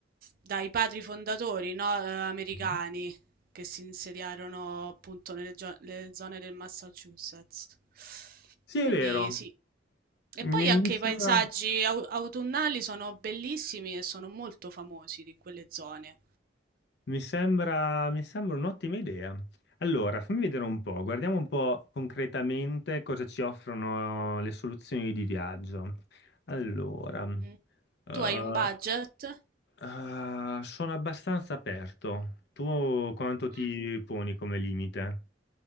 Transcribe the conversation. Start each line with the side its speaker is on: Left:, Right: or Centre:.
Right: dai padri fondatori, no, eh, americani
Left: Mm-hmm.
Right: che si insediarono appunto nelle gio- le zone del Massachusetts.
Left: Sì, è
Right: Quindi
Left: vero,
Right: sì. E
Left: mi
Right: poi anche
Left: mi sembra,
Right: i paesaggi au- autunnali sono bellissimi e sono molto famosi di quelle zone.
Left: mi sembra, mi sembra un'ottima idea. Allora, fammi vedere un po', guardiamo un po' concretamente cosa ci offrono le soluzioni di viaggio. Allora,
Right: Mhm.
Left: eh,
Right: Tu hai un budget?
Left: Ah, sono abbastanza aperto. Tu quanto ti
Right: Mm,
Left: poni come limite?